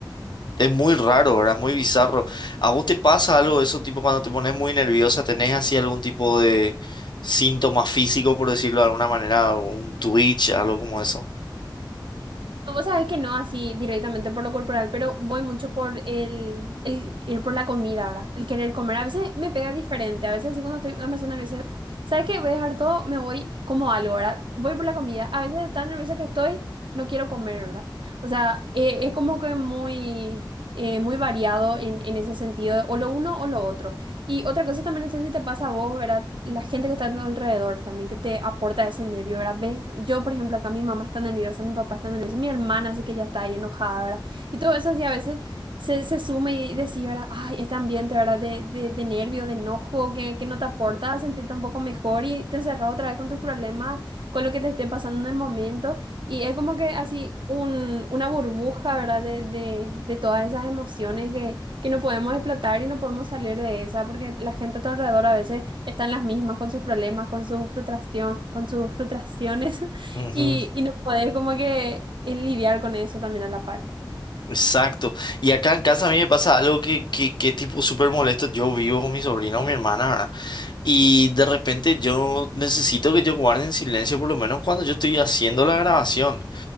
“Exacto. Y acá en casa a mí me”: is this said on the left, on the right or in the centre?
Left